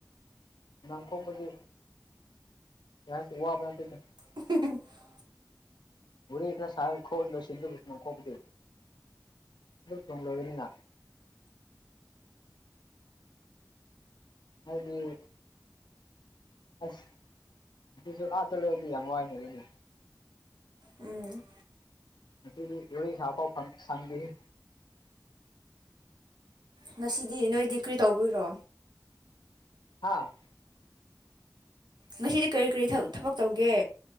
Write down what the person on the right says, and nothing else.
<unintelligible>
ꯎꯝ꯫
ꯉꯁꯤꯗꯤ ꯅꯣꯏꯗꯤ ꯀꯔꯤ ꯇꯧꯕꯣꯏꯔꯣ꯫
ꯉꯁꯤꯗꯤ ꯀꯔꯤ ꯀꯔꯤ ꯊꯕꯛ ꯇꯧꯒꯦ꯫